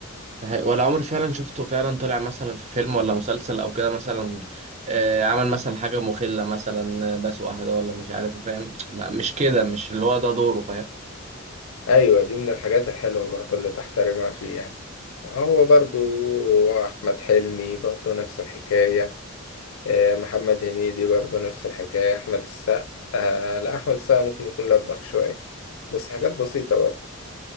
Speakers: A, on the right; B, on the left.
A: هي- ولا عمري فعلا شفته فعلا طلع مثلا في فيلم ولا مسلسل او كده مثلا آه، عمل مثلا حاجة مخلة مثلا آه، بسوق أهدى ولا مش عارف إيه، فاهم ما- مش كده مش اللي هو ده دوره فاهم
B: ايوه دي من الحاجات الحلوة برضو اللي تحترمها فيه يعني هو برضو احمد حلمي برضو نفس الحكاية آه، محمد هنيدي برضو نفس الحكاية احمد السقا آه، لا احمد السقا ممكن يكون لبخ شوية بس حاجات بسيطة برضو